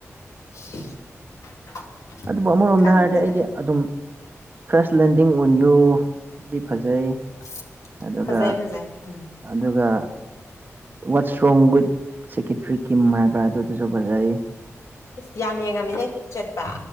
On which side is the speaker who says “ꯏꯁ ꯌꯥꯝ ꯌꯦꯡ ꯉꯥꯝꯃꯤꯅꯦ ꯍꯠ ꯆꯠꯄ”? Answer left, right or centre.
Left